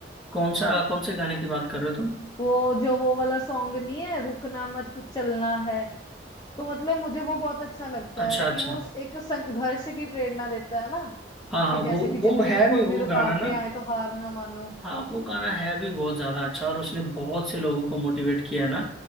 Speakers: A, in the centre; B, on the left.
A: कौन सा कौन से गाने की बात कर रहे हो तुम
B: वो जो वो वाला सॉन्ग नहीं है रुकना मत चलना है तो मतलब मुझे वो बहुत अच्छा लगता
A: अच्छा
B: है कि
A: अच्छा
B: वो एक संघर्ष की प्रेरणा देता है ना
A: हाँ हाँ
B: कि जैसे
A: वो
B: कि जिंदगी
A: वो है
B: में कोई
A: भी वो
B: भी रुकावटें
A: गाना ना
B: आए तो हार ना मानो
A: हाँ वो गाना है भी बहुत ज्यादा अच्छा और उसने बहुत से लोगों को मोटिवेट किया है ना